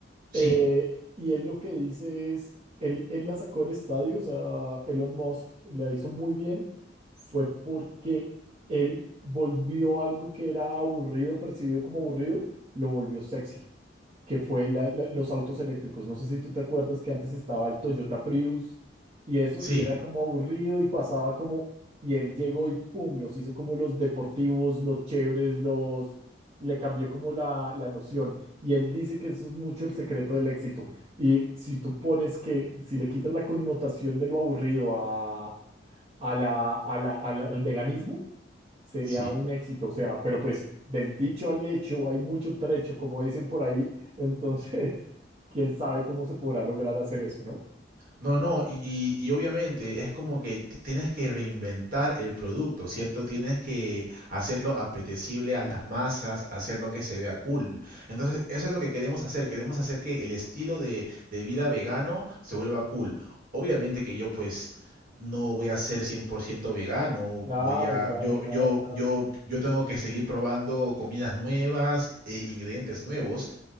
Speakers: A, on the right; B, on the right.
A: sí,
B: Eh, y él lo que dice es, él, él la sacó del estadio, o sea, Elon Musk la hizo muy bien, fue porque él volvió algo que era aburrido, percibido como aburrido, lo volvió sexy que fue la- la- los autos eléctricos. No sé si tú te acuerdas que antes estaba el Toyota Prius y eso,
A: sí,
B: y era como aburrido y pasaba como, y él llegó y pum, los hizo como los deportivos, los chéveres, los, le cambió como la, la noción. Y él dice que eso es mucho el secreto del éxito. Y si tú pones que, si le quitas la connotación de lo aburrido a, a la, a la- a la- al veganismo, sería
A: sí.
B: un éxito. O sea, pero pues del dicho al hecho hay mucho trecho, como dicen por ahí, entonces, <laughs> quién sabe cómo se podrá lograr hacer eso, ¿no?
A: No, no, y, y obviamente es como que ti- tienes que reinventar el producto, ¿cierto? Tienes que hacerlo apetecible a las masas, hacerlo que se vea cool. Entonces, eso es lo que queremos hacer. Queremos hacer que el estilo de, de vida vegano se vuelva cool. Obviamente que yo pues no voy a ser 100% vegano,
B: Claro,
A: voy a,
B: claro,
A: yo,
B: claro,
A: yo,
B: claro.
A: yo, yo tengo que seguir probando comidas nuevas, eh, ingredientes nuevos.